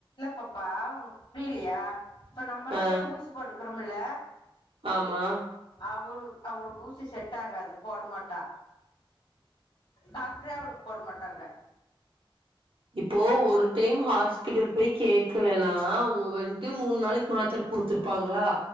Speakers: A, on the left (about 75°); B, on the right (about 70°).
A: பப்பா உனக்கு புரிலெயா இப்ப நம்மல்லா
B: ஆ
A: போய் ஊசி போட்டுக் க்குரமுள்ள
B: ஆமா
A: அவுளு அவளுக்கு ஊசி செட் ஆகாது போட மாட்டா டாக்டரே அவளுக்கு போட மாட்டாங்க
B: இப்போ ஒரு டைம் ஹாஸ்பிட்டல் போய் கேக்லெனா அவுங்க வந்ட்டு மூணு நாளைக்கு மாத்தரக் குடுத்துருப்பாங்களா